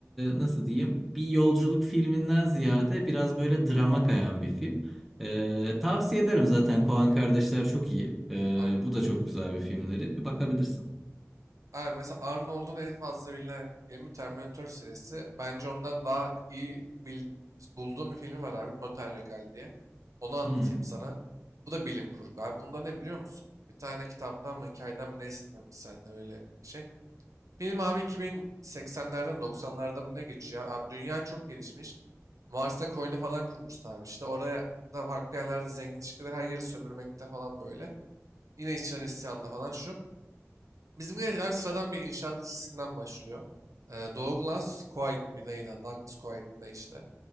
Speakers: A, in the centre; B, on the right (about 80°).
A: nasıl diyeyim bir yolculuk filminden ziyade biraz böyle drama kayan bir film. Ee, tavsiye ederim zaten Koen kardeşler çok iyi. Ee,
B: Aynen.
A: bu da çok güzel bir filmleri. Bir bakabilirsin.
B: Abi mesela Arnold'un en fazla bilinen filmi Terminator serisi. Bence ondan daha iyi bil- bulduğum bir filmi var abi. Total Recall diye. Onu anlatayım
A: Hı.
B: sana. Bu da bilim kurgu abi. Bunda ne biliyor musun? Bir tane kitaptan mı hikayeden mi nesinden mi zaten öyle şey. Film abi 2080'lerde mi 90'larda mı ne geçiyor? Abi dünya çok gelişmiş. Mars'ta koloni falan kurmuştu abi işte. Oraya da farklı yerlerde zengin çıkıyorlar. Her yeri sömürmekte falan böyle. Yine işçiler isyanda falan şu. Bizimki abi sıradan bir inşaat işçisinden başlıyor. Ee, Douglas Coit mi neydi? Douglas Coit ne işte.